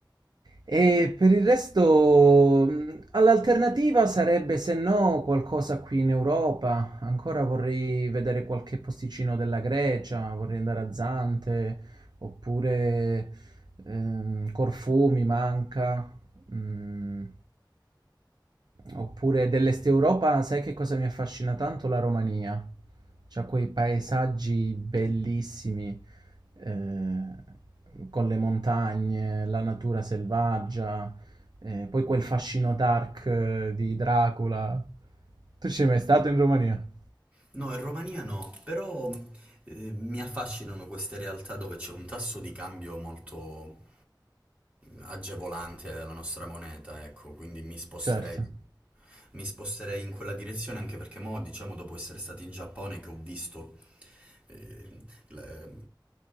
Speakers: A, on the right; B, on the right.
A: E per il resto, mh, all'alternativa sarebbe se no qualcosa qui in Europa. Ancora vorrei vedere qualche posticino della Grecia, vorrei andare a Zante, oppure ehm, Corfù mi manca. Mm. Oppure dell'Est Europa, sai che cosa mi affascina tanto? La Romania. C'ha quei paesaggi bellissimi, eh, con le montagne, la natura selvaggia, eh, poi quel fascino dark eh, di Dracula. Tu ci sei mai stato in Romania?
B: No, in Romania no, però eh, mi affascinano queste realtà dove c'è un tasso di cambio molto, agevolante della nostra moneta, ecco, quindi mi sposterei.
A: Certo,
B: Mi sposterei in quella direzione anche perché mo, diciamo, dopo essere stati in Giappone che ho visto eh, la,